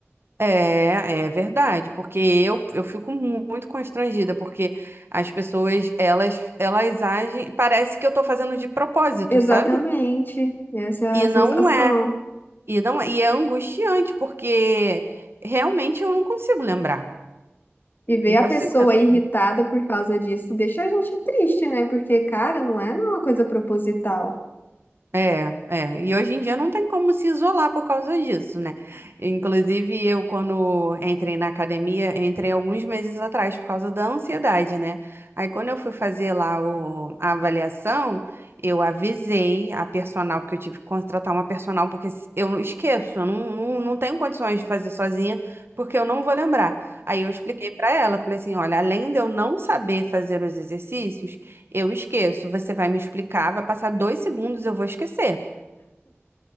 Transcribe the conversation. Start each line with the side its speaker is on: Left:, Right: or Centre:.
Right: É, é verdade, porque eu, eu fico mu- muito constrangida, porque as pessoas, elas, elas agem, parece que eu tô fazendo de propósito,
Left: Exatamente,
Right: sabe?
Left: essa é
Right: E
Left: a sensação.
Right: não é, e não é, e é angustiante, porque realmente eu não consigo lembrar,
Left: E ver
Right: não
Left: a
Right: consigo
Left: pessoa
Right: lembrar.
Left: irritada por causa disso deixa a gente triste, né? Porque, cara, não é uma coisa proposital.
Right: É, é. E hoje em dia não tem como se isolar por causa disso, né? Inclusive, eu, quando entrei na academia, eu entrei alguns meses atrás por causa da ansiedade, né? Aí, quando eu fui fazer lá o- a avaliação, eu avisei a personal, porque eu tive que contratar uma personal, porque se- eu não esqueço, eu não, não, não tenho condições de fazer sozinha, porque eu não vou lembrar. Aí, eu expliquei pra ela, falei assim: olha, além de eu não saber fazer os exercícios. Eu esqueço. Você vai me explicar, vai passar dois segundos, eu vou esquecer.